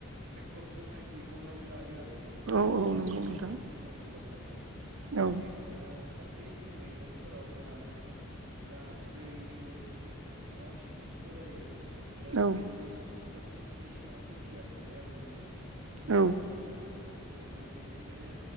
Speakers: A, on the right; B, on the right.
A: ट्रेक्टरजोंहाय बिहरनानै लायो आरो नोंथां
B: औ औ नंगौ
A: मेसेन
B: नोंथां
A: एसे खाथि बाथाय औ आरो
B: औ
A: बेखौनो गासै मैगंफोराव होनानै दा दैनिबो जोंनियाव मेसेङाव एसे खस्थ' जायो बेयाव
B: औ
A: सल्लिस पन्सास फुटनि सिङावसो दैया थायो आरो जोंनियाव
B: औ
A: होमबाबो खस्थ' मस थ'यै माने बेनिफ्रायनो